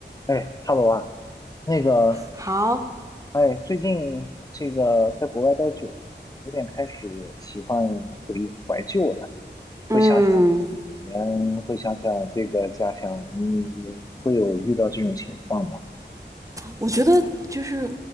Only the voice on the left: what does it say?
哎哈 e 啊，那个，
哎，最近这个在国外待久了，有点开始喜欢回怀旧了，
会想想以前，会想想这个家乡，你也会有遇到这种情况吗？